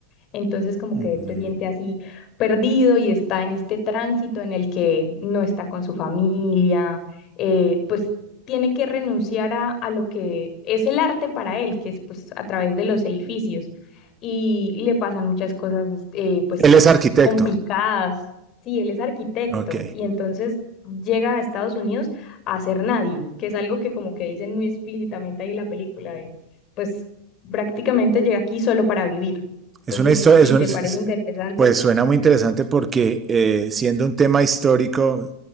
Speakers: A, on the left; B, on the right.
A: Entonces como
B: Mm.
A: que él se siente así perdido y está en este tránsito en el que no está con su familia, eh, pues tiene que renunciar a, a lo que es el arte para él, que es pues a través de los edificios. Y le pasan muchas cosas eh, pues
B: Él es arquitecto.
A: complicadas. Sí, él es arquitecto
B: Ok.
A: y entonces llega a Estados Unidos a ser nadie, que es algo que como que dicen muy explícitamente ahí en la película, de, pues prácticamente llega aquí solo para vivir.
B: Es
A: Entonces,
B: una historia,
A: si
B: es un-
A: te parece interesante,
B: pues suena muy interesante porque eh, siendo un tema histórico,